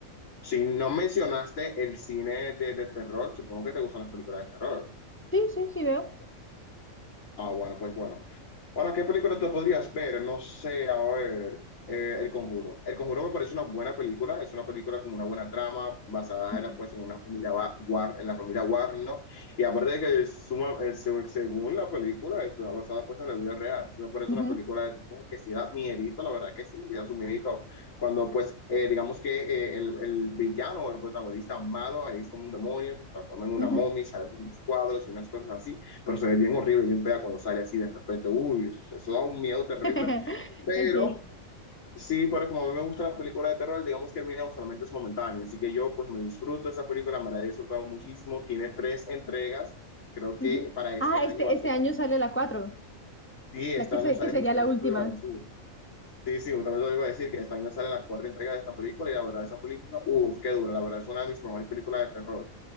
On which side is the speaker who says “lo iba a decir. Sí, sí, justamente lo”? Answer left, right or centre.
Left